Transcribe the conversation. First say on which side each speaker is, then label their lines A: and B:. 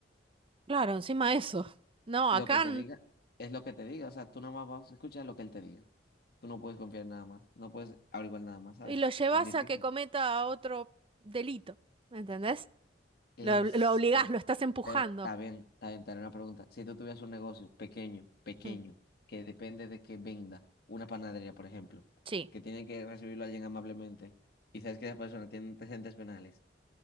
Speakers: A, on the right; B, on the left.
A: Claro, encima eso. No,
B: Lo
A: acá...
B: que te diga es lo que te diga, o sea, tú nada más vas a escuchar lo que él te diga. Tú no puedes confiar en nada más, no puedes averiguar nada más, ¿sabes?
A: Y lo llevas
B: Es difícil.
A: a que cometa otro delito, ¿me entendés?
B: Es
A: Lo, lo obligás,
B: que,
A: lo estás empujando.
B: pero está bien, está bien, te haré una pregunta. Si tú tuvieras un negocio pequeño, pequeño,
A: Mm.
B: que depende de que venda, una panadería, por ejemplo,
A: Sí.
B: que tiene que recibirlo alguien amablemente, y sabes que esa persona tiene antecedentes penales,